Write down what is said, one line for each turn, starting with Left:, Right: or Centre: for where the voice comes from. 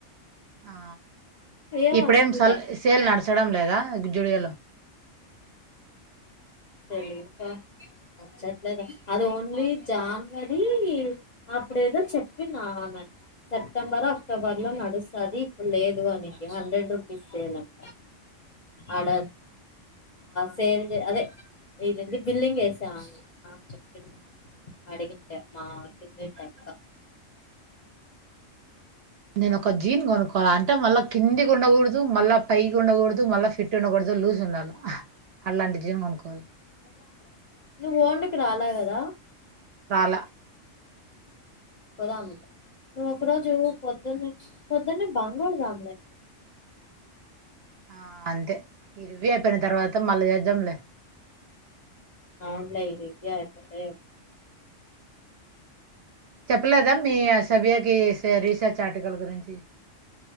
Right: ఆ
Left: ఏం
Right: ఇప్పుడేం
Left: అనిపిలే
Right: సల్ సేల్ నడచడం లేదా జూడియోలో
Left: తెలితల నచ్చట్లేదు అది ఓన్లీ జానవరి అప్పుడేదో చెప్పింది ఆమె సెప్టెంబర్ అక్టోబర్ లో నడుస్తుంది ఇప్పుడు లేదు అననికి హండ్రెడ్ రూపీస్ సేల్ అంట అడ సేల్ అదే ఇదండీ బిల్లింగ్ వేసాం ఆమె చెప్పింది అడిగితేే మా కిందింటి అక్క
Right: నేను ఒక జీన్ కొనుక్కోవాల అంటే మళ్ళ కిందికీ ఉండకూడదు మళ్ళా పైకి ఉండకూడదు మళ్ళీ ఫిట్ ఉండకూడదు లూజ్ ఉండాలి అలాంటి జీన్ కొనుక్కోవాలి
Left: నువ్వు వోంకి రాలా కదా
Right: రల
Left: పొదాము నువ్వు ఒక రోజు పొద్దున్న పొద్దున్న బంక్ కొడుధాం లే
Right: ఆ అంతే ఇరివి అయిపోయిన తర్వాత మళ్ళీ చేద్దాంలే
Left: అవునులే ఇది అయిపోతే
Right: చెప్పలేదా మీ సభ్యకి రీసెర్చ్ ఆర్టికల్ గురించి